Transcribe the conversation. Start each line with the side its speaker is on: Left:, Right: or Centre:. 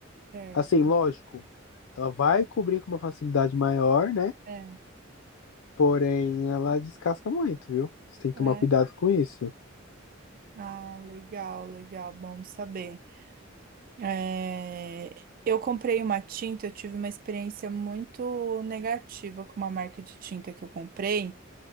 Right: certo.
Left: Assim, lógico, ela vai cobrir com uma facilidade maior, né?
Right: É,
Left: Porém, ela descasca muito, viu? Você tem que
Right: é.
Left: tomar cuidado com isso.
Right: Ah, legal, legal. Bom saber. É, Eu comprei uma tinta, eu tive uma experiência muito negativa com uma marca de tinta que eu comprei,